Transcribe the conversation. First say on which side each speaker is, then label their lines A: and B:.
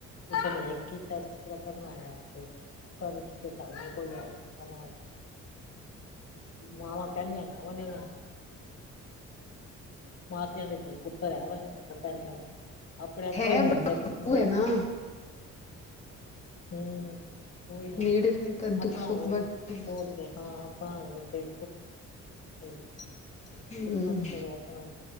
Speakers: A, on the left; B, on the left.
A: ਨੇ ਇੱਕ ਕੀਤਾ ਦੂਸਰਾ ਕਰਨ ਆਇਆ ਫਿਰ। ਕਰ ਕੇ ਸਾ ਕੋਈ ਆਇਆ ਨਾ। ਮਾਵਾਂ ਕਹਿਣੀਆਂ ਉਹਨੇ। ਮਾਸੀਆਂ ਦੇ ਧੀ ਪੁੱਤਰ <unintelligible> ਨੀ ਕਹਿੰਦੇ। ਆਪਣੇ-ਆਪਣੇ
B: ਹੈ
A: ਹੀ ਆਂਦਾ <unintelligible>
B: ਉਹ ਹੈ ਨਾ
A: ਕੋਈ ਨਾ
B: ਨੀਡ ਹੈ ਤਾਂ
A: ਆਪਣਾ
B: ਦੁੱਖ ਸੁੱਖ
A: ਹੋਵੇ
B: ਬਟ
A: ਦੇ ਹਾਂ ਆਪਣਾ ਹੋਵੇ। <unintelligible>
B: ਹਸ,
A: ਕਿਤਨਾ ਵੀ ਕਰੋ ਆਪਣਾ